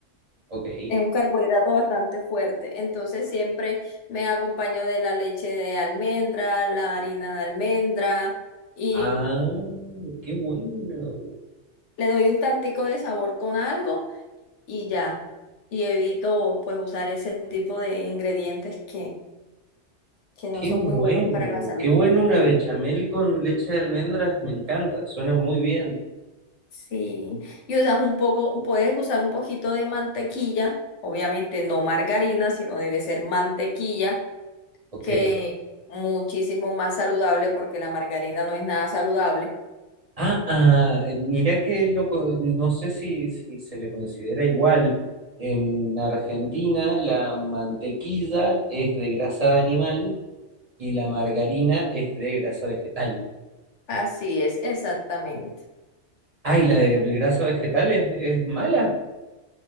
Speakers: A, on the right; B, on the left.
A: ok.
B: Es un carbohidrato bastante fuerte. Entonces siempre me acompaño de la leche de almendra, la harina de almendra y
A: Ah, qué bueno.
B: le doy un tantico de sabor con algo y ya. Y evito pues usar ese tipo de ingredientes que que no
A: Qué
B: son
A: bueno,
B: muy buenos para la salud.
A: qué bueno una
B: <laughs>
A: bechamel con leche de almendras, me encanta, suena muy bien.
B: Sí, y usas un poco, puedes usar un poquito de mantequilla, obviamente no margarina, sino debe ser mantequilla,
A: Ok.
B: que muchísimo más saludable porque la margarina no es nada saludable.
A: Ah, ah, eh, mirá que loco, no sé si, si se le considera igual. En Argentina la mantequilla es de grasa de animal y la margarina es de grasa vegetal.
B: Así es, exactamente.
A: Ah, ¿y la de grasa vegetal es, es mala?